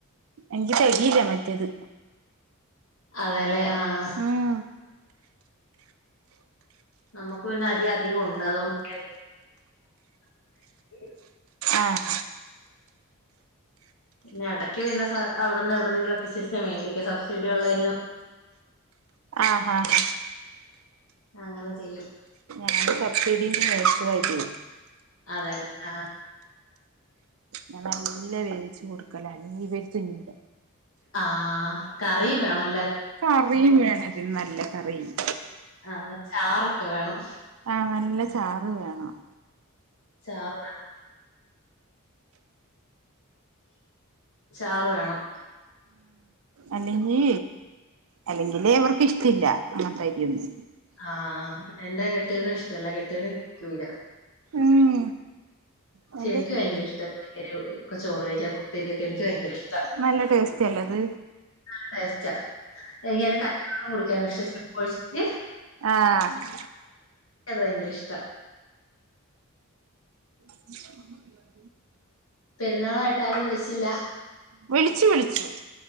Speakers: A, on the right; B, on the left.
A: എനിക്ക് തെകയില്ല മറ്റേത്
B: അതേലെ ആഹ്
A: ഉം
B: അമ്മക്ക് പിന്നെ അരി അധികം ഉണ്ട് അതുകൊണ്ട് <unintelligible>
A: ആഹ്
B: ന്ന ഇടക്ക് പിന്നെ സ അവിടുന്ന് എവിടെന്നെങ്കിലും ക്കസരിച്ച മേടിക്ക സബ്സിഡി ഉള്ളരീ
A: ആഹ് ഹാ ഹ
B: അങ്ങനെ ചെയ്യും
A: ഞാന് പച്ചരിം <inaudible>
B: അതെല്ലേ ആഹ്
A: ഞാന് നല്ല വേവിച്ചു കൊടുക്കല അല്ല നീ ഇവര് തിന്നില്ല
B: ആഹ് കറി വേണല്ല
A: കറിയും വേണതി നല്ല കറിയും
B: ആഹ്ന്ന് ചാറൊക്കെ വേണം
A: ആഹ് നല്ല ചാറ് വേണം
B: ചാറ് വേണം ചാറ് വേണം
A: അല്ലെങ്കീ അല്ലെങ്കിലേ ഇവർക്ക് ഇഷ്ടല്ല അങ്ങൻത്തെരിയൊന്നും
B: ആഹ് എന്റെ കെട്ട്യോനും ഇഷ്ടല്ല കെട്ട്യോനും കഴിക്കൂല്ല
A: ഉം
B: പക്ഷെനിക്ക്
A: അതിന്റെ
B: ഭയങ്കര ഇഷ്ട ചോറ് കഴിക്കാ കൊത്തരിയൊക്കെ എനിക്ക് ഭയങ്കര ഇഷ്
A: നല്ല ടേസ്റ്റല്ലത്
B: നല്ല ടേസ്റ്റാ എനിക്ക് അതിന്റെ കഞ്ഞിവെള്ളം കുടിക്കാ <unintelligible>
A: ആഹ്
B: <unintelligible> ഭയങ്കര ഇഷ്ട
A: ഉ
B: പെരുന്നാളായിട്ട് ആരും വിളിച്ചില്ല
A: വിളിച്ചു വിളിച്ചു